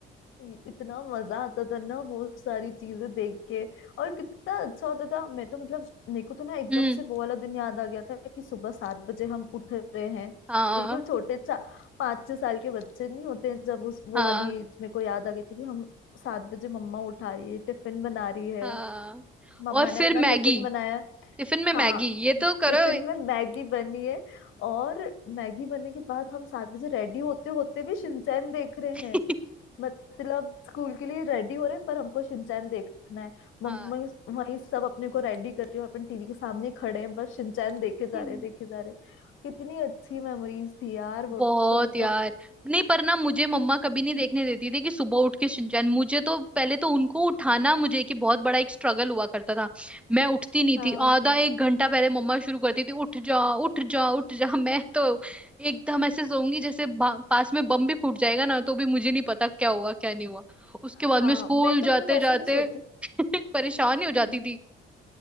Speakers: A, on the left; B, in the centre.
A: इ- इतना मजा आता था ना वो सारी चीजें देख के और कितना अच्छा होता था मैं तो मतलब मेरे को तो ना एकदम
B: हम्म
A: से वो वाला दिन याद आ गया था कि सुबह सात बजे हम उठ रहे हैं
B: हाँ
A: बिल्कुल छोटे चा पाँच छह साल के बच्चे नहीं होते हैं जब उस वो
B: हाँ
A: वाली एज मेरे को याद आ गई थी कि हम सात बजे मम्मा उठा रही है टिफिन बना रही है
B: हाँ
A: मम्मा
B: और फिर
A: ने अपना
B: मैगी
A: टिफिन बनाया
B: टिफिन में
A: हाँ
B: मैगी ये तो करो
A: टिफिन में मैगी बनी है और मैगी बनने के बाद हम सात बजे रेडी होते होते भी शिनचैन देख रहे
B: <laughs>
A: हैं मतलब स्कूल के लिए रेडी हो रहे हैं, पर हमको शिनचैन देखना है मम्मा
B: हाँ
A: इस- वहीं सब अपने को रेडी कर रही है और अपन टीवी के सामने ही खड़े हैं बस शिनचैन देखे जा
B: हम्म।
A: रहे हैं देखे जा रहे हैं कितनी अच्छी मेमोरीज थी यार वो
B: बहुत
A: तो मतलब
B: यार नहीं पर ना मुझे मम्मा कभी नहीं देखने
A: हम्म।
B: देती थी कि सुबह उठ के शिनचैन मुझे तो पहले तो उनको उठाना मुझे कि बहुत बड़ा एक स्ट्रगल हुआ करता था मैं उठती नहीं
A: हाँ
B: थी आधा एक घंटा पहले मम्मा शुरू करती थी उठ जा उठ जा उठ जा <laughs> मैं तो एकदम ऐसे सोऊंगी जैसे बा- पास में बम भी फूट जाएगा ना तो भी मुझे नहीं पता क्या हुआ क्या नहीं हुआ उसके बाद
A: हाँ
B: में स्कूल
A: मैं तो
B: जाते
A: मतलब ऐसे
B: जाते
A: नहीं सोती हूँ
B: <laughs> परेशान ही हो
A: हम्म,
B: जाती थी